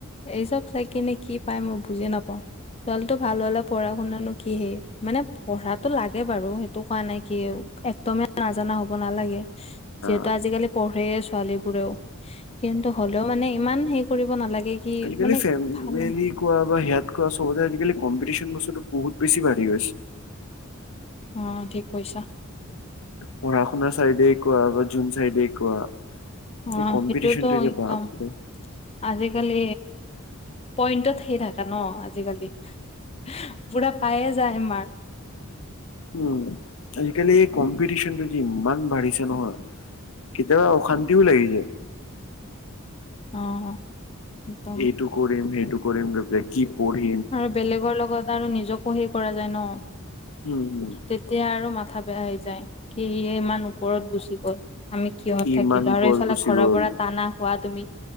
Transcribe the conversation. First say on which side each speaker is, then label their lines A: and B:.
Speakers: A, on the left; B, on the left.
A: এই চ'ব চাই কিনে কি পাই মই বুজি নাপাওঁ। ছোৱালীটো ভাল হ'লে পঢ়া শুনানো কি সেই। মানে পঢ়াতো লাগে বাৰু, সেইটো কোৱা নাই কি একদমেই নাজানা হ'ব নালাগে। যিহেতু
B: আ
A: আজিকালি পঢ়ে ছোৱালীবোৰেও। কিন্তু, হ'লেও মানে ইমান হেৰি কৰিব নালাগে কি
B: আজিকালি
A: মানে
B: ফেমিলি
A: ভাল।
B: কোৱা বা সেয়াত কোৱা চবতে আজিকালি কম্পিটিছন বস্তুটো বহুত বেছি বাঢ়ি গৈছে।
A: অ' ঠিক কৈইছা।
B: পঢ়া শুনা চাইডে কোৱা বা যোন চাইডে কোৱা।
A: অ
B: এই কম্পিটিচন
A: সেইটোতো
B: টো
A: একদম
B: বাপৰে।
A: আজিকালি, পইন্টত সেই থাকে ন আজিকালি। <unintelligible> পায়ে যায় মাক।
B: উম, আজিকালি এই কম্পিটিচন টো যে ইমান বাঢ়িছে নহয়, কেতিয়াবা অ' অশান্তিও লাগি যায়।
A: অ'কোৱা।
B: এইটো কৰিম সেইটো কৰিম <unintelligible> কি পৰী
A: আৰু বেলেগৰ লগত আৰু নিজকো হেই কৰা যায় ন।
B: উম।
A: তেতিয়া আৰু মাথা বেয়া হৈ যায় কি ইমান। ওপৰত গুচি গ'ল, আমি কিহত
B: কি
A: থাকিলোঁ
B: ইমান
A: আৰু
B: ওপৰত
A: এইফালে
B: গুচি
A: ঘৰ
B: গ'ল।
A: পৰা টানা। কোৱা তুমি